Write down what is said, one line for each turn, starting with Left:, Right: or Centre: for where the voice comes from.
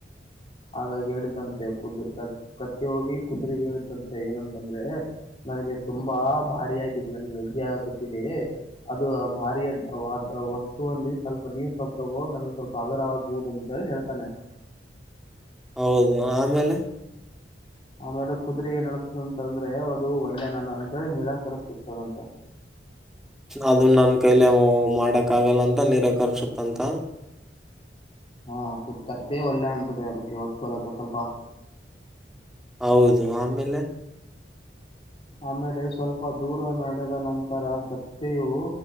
Left: ಹಾಗಾಗಿ ಹೇಳಿದಂತೆ ಕುದುರ್ ಕ ಕತ್ತಿ ಹೋಗಿ ಕುದುರೆ ಹೇಳಿದಂತೆ ಏನಂತಂದ್ರೆ?. ನನಗೆ ತುಂಬಾ ಭಾರಿಯಗಿದ್ದು ನನಗೆ ವಜ್ಯ ತಪ್ಪಿದೆ. ಅದು ಭಾರಿಯ ವಸ್ತುವಲ್ಲಿ ಸ್ವಲ್ಪ ನೀವು ಸ್ವಲ್ಪ ತಗೋ ನನಗೆ ಸ್ವಲ್ಪ. ಹಗುರ ಆಗಬಹುದು ಅಂಥ ಹೇಳ್ತಾನೆ.
Centre: ಹೌದು ಆಮೇಲೆ.
Left: ಆಮೇಲೆ ಕುದು್ರ ಏ ನಡತದಂತಂದ್ರೆ ಅದು ಒಳ್ಳೆ ನನ ಅಂತ ಹೇಳಿ ನಿರಾಕರಿಸ ಸಿಗ್ತದಂತೆ.
Centre: ಅದನ್ನ ನನ್ ಕೈಲೆ ಮಾಡಕ್ ಆಗಲ್ಲ ಅಂತ ನಿರಾಕರ್ಸತ್ಂತ.
Left: ಹಾ ಕುೂತ್ ಕತ ಒಳ್ಳೆ ಅಂತದೆ ಅದಕ್ಕೆ ಒರ್ಕಲಕ ಸ್ವಲ್ಪ.
Centre: ಹೌದು ಆಮೇಲೆ.
Left: ಆಮೇಲೆ ಸ್ವಲ್ಪ ದೂರ ನಡೆದ ನಂತರ ಕತ್ತೆಯು.